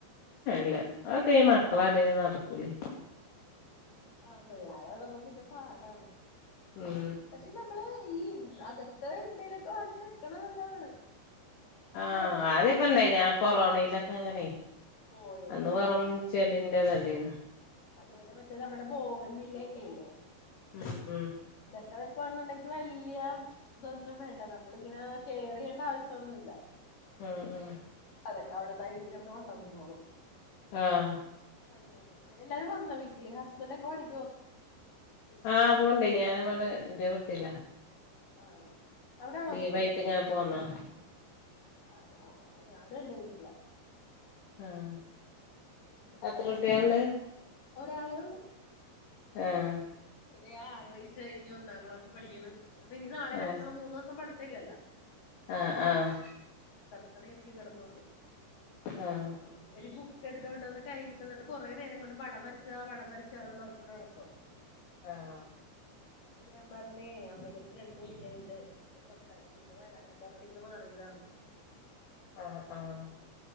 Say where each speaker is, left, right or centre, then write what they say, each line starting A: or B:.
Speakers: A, on the left; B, on the left.
A: ല്ല അക്കെ ഈ മക്കള അട നടക്കൂലേ
B: ആ പിള്ളോര ഉള്ളമ്പോ പിന്നെ പാടാണ്
A: ഉം
B: പക്ഷെ നമ്മള് ഈ അകത്ത് എന്തെലുമൊക്കെ വാങ്ങിച്ചച്ച് കെക്കണ നല്ലതാണ് വീടിന്റെ
A: ആഹ
B: അകത്തെ
A: ആദ്യൊക്കെ ഇണ്ടായിന ആ കൊറോണയിലൊക്കെ അങ്ങനെ
B: ഓ ഏതല്ലേ
A: അന്ന് പററം
B: ആ ആ
A: ചെടിന്റെ നല്ലേന
B: അതുപോലെ മറ്റേ നമ്മുടെ ബോഗൻ വില്ലൊക്കെല്ലേ
A: ഉം ഉം
B: വെക്കുവാണെന്നുണ്ടെങ്കിൽ വലിയ ഇതൊന്നും വേണ്ട നമ്മളിങ്ങനെ കെയറ ചെയ്യേണ്ട ആവശ്യംൊന്നുമല്ല
A: ഉം ഉം
B: അതൊക്കെ അവിടെ സൈഡിക്കടത്ത് വെള്ളം വന്നോളും
A: ആഹ്
B: അങ്ങനെ എല്ലാരും വന്നോ വീട്ടില് ഹസ്ബൻഡ് ഒക്കെ പണി
A: ആഹ് പോണ്ട് ഞാനുവടെ ഇന്റെ വീട്ടിലാ.
B: ആണോ അവ്ടാണോ
A: ലീവായിട്ട്
B: നിക്കുന്നത്
A: ഇങ്ങനെ പോന്നാണ്
B: ആ ണോ ആ ഞാനും എൻറെ വീട്ട്‌ലാ
A: ആഹ്
B: ഉപ
A: എത്ര
B: ഹസ്ബൻഡ്
A: കുട്ടികളുണ്ട്
B: ഇല്ലാത്ത കാര <inaudible> ഒരാളെ ഒള്ളൂ
A: ആഹ്
B: ഇപ്പതേ ആറു വയസ് കഴിഞ്ഞു ഒന്നാംക്ലാസി പഠിക്ക്ണ് ഇന്ന്പ്പ ഇനി നാളെ മറ്റന്നാളും
A: ഏ
B: മൂന്ന് ദിവസം പഠിത്തം ഇല്ലല്ലോ.
A: ആഹ് ആഹ്
B: ക്കണേരിക്കും കടന്നോണ്ട്
A: ആഹ്
B: ഒരു ഒര ബുക്ക് എടുത്തോണ്ട് വന്ന് കയ്യ് തന്ന്ട്ട് കൊറേ നേരം കൊണ്ട് പടം വരച്ച് താ പടം വരച്ച് താന്നും പറഞ്ഞോണ്ട് നടക്ക്വാ.
A: ആഹ
B: ഞാൻ പറഞ്ഞേ അമ്മയുടെ ഒരു ഫ്രണ്ട് വിളിക്കാന്നുണ്ട് അപ്പ സംസാരിച്ചിട്ടിപ്പ വരന്ന് പറഞ്ഞട്ട് ഇങ്ങട്ട് മാറിതാണ്
A: ആഹ ആഹ